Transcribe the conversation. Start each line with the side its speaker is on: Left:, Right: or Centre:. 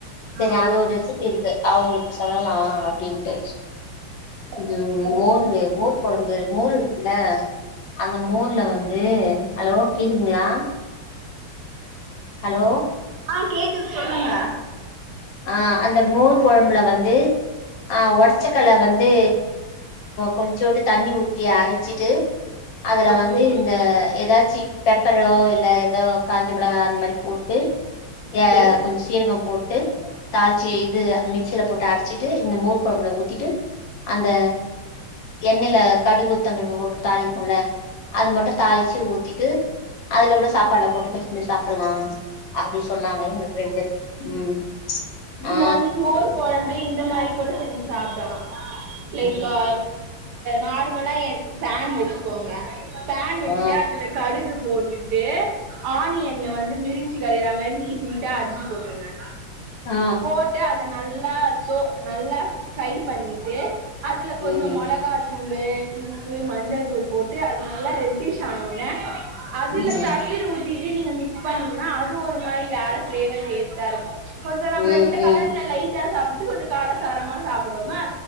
Left: சரி
Right: ஆ
Left: அது
Right: ஓ
Left: ஒரு ரெசிபி அவங்களுக்கு சொல்லலா அப்படின்ட்டு
Right: பச்ச
Left: ம்
Right: புளி ரசம்
Left: ஓர்
Right: சொல்லுங்க
Left: மோர் கொழம்பு மோர் இருக்குல்ல அந்த மோர்ல வந்து ஹலோ கேதுங்களா ஹலோ
Right: ஆ கேக்குது சொல்லுங்க
Left: ஆ அந்த மோர் குழம்புல வந்து ஆ ஒடச்சக்கல வந்து கொஞ்சோண்டு தண்ணி ஊட்டி அரைச்சிட்டு அதுல
Right: ஓகே
Left: வந்து இந்த ஏதாச்சி பெப்பரோ இல்ல ஏதோ காஞ்சி மிளகாய அந்த மாரி போட்டு
Right: ஓகே
Left: ஏ கொஞ்ச சீரக போட்டு தாளிச்சி இது மிக்சியில போட்டு அரைச்சிட்டு இந்த மூர்க் குழம்புல ஊத்திட்டு அந்த எண்ணெயில கடு உளுந்தம் பருப்பு போட்டு தாளிப்பம்ல அது மட்டு தாளிச்சு ஊத்திட்டு அதுல கூட சாப்பாடுல போட்டு செஞ்சு சாப்பலா அப்டி சொன்னாங்க எங்க ஃப்ரெண்ட்டு ம்
Right: இங்க
Left: ஆ
Right: வந்து மோர் கொழம்பு இந்த மாரி கூட செஞ்சி சாப்டலா லைக்
Left: ம்
Right: அ நார்மலா எ பேன் வச்சுக்கோங்க பேன் வெச்சுட்டு
Left: ஆ
Right: அதுல கடுகு போட்டுட்டு ஆனியன்ல வந்து மிரஞ் இட்லிக்கு அரைக்கிறா மாரி நீட் நீட்டா அரி்சு போட்டுருங்க
Left: ஆ
Right: போட்டு அ அத நல்லா சோ நல்லா ட்ரை பண்ணிட்டு அதுல
Left: ம்
Right: கொஞ்சம் மொளகா தூளூ மஞ்சள்த்தூள் போட்டு அது நல்லா ரெட்டிஷ் ஆன உனே அதுல
Left: ம்
Right: தயிர் ஊட்டிட்டு நீங்க மிக்ஸ் பண்ணீங்கன்னா அது ஒரு மாரி வேற ஃபிளேவர் டேஸ்ட்டா இருக்கோ கொஞ்சம் நம்பீ
Left: ம்
Right: இந்த
Left: ம்
Right: கலர்ல லைட்டா சாப்ட்டு கொஞ்சம் காரசாரமா சாப்பிடனோனா